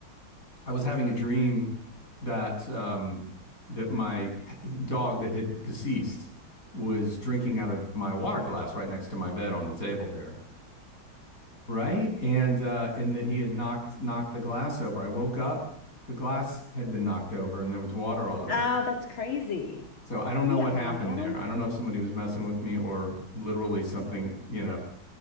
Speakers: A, on the left; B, on the left.
A: I was having a dream that um that my dog that had deceased was drinking out of my water glass right next to my bed on the table there. Right? And uh and that he had knocked knocked the glass over. I woke up, the glass had been knocked over and there was water all over
B: Oh,
A: the floor.
B: that's crazy.
A: So I don't
B: Isn't
A: know
B: that
A: what happened
B: wild?
A: there. I don't know if somebody was messing with me or literally something, you know.